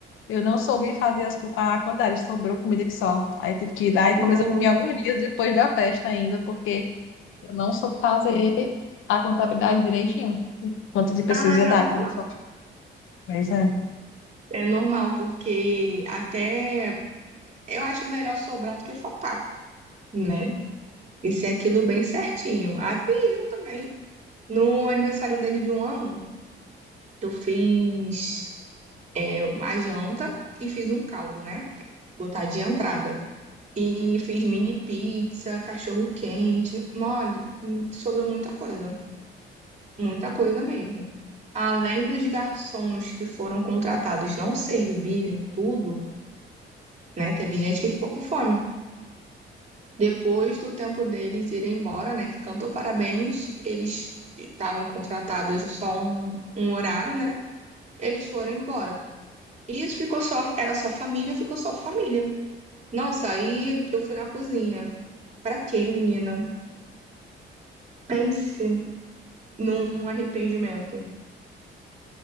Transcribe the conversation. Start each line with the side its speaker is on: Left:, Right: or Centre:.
Left: Eu não soube fazer as, co- a quantidade, sobrou comida que só. Aí tive que ir lá e
Right: Nossa.
Left: pelo menos eu comi alguns dias depois da festa ainda, porque eu não soube fazer a contabilidade direitinho. Quantas de pessoas
Right: Ah, mas
Left: ia
Right: é
Left: dar,
Right: normal.
Left: como só. Pois é.
Right: É normal, porque até eu acho melhor sobrar do que faltar, né? E ser aquilo bem certinho. Ah, e eu também. No aniversário dele de um ano, eu fiz é, uma janta e fiz um caldo, né? Botar de entrada. E fiz mini pizza, cachorro quente. Olha, hum, sobrou muita coisa. Muita coisa mesmo. Além dos garçons que foram contratados não servirem tudo, né? Teve gente que ficou com fome. Depois do tempo deles irem embora, né? Que cantou parabéns, eles estavam contratados só um, um horário, né? Eles foram embora. Isso ficou só, era só família, ficou só família. Nossa, aí eu fui na cozinha. Pra quê, menina? Pense num arrependimento.